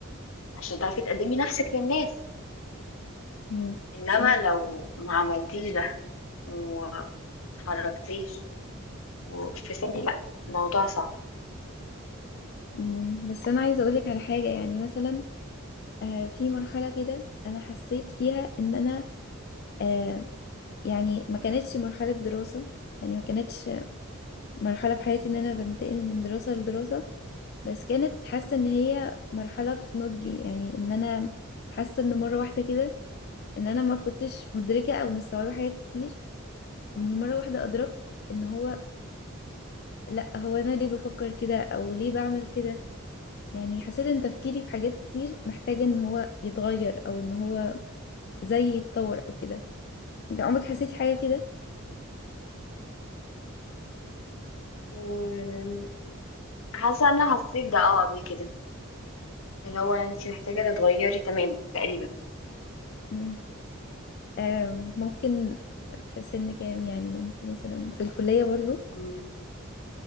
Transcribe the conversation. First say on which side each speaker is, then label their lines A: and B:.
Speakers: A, on the left; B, on the left.
A: عشان تعرفي تقدمي نفسك للناس
B: امم
A: إنما
B: صح
A: لو ما عملتيش ده ومتحركتيش في سني لأ الموضوع صعب
B: مم. بس انا عايزه اقولك على حاجه يعني مثلا آه في مرحله كده انا حسيت فيها ان انا آه يعني ما كانتش مرحله دراسه يعني ما كانتش مرحله في حياتي ان انا بنتقل من دراسه لدراسه بس كانت حاسه ان هي مرحله في نضجي يعني ان انا حاسه ان مره واحده كده ان انا ما كنتش مدركة او مستوعبة حاجات كتير واني مرة واحدة ادركت ان هو لا هو انا ليه بفكر كده او ليه بعمل كده يعني حسيت ان تفكيري في حاجات كتير محتاجة ان هو يتغير او ان هو زي يتطور او كده انت عمرك حسيتي حاجة كده
A: مم، حاسة أنا حسيت ده اه قبل كده اللي هو انتي محتاجة تتغيري تماما تقريبا
B: مم. آم، ممكن في سن كام يعني انت مثلا في الكلية برضو
A: مم،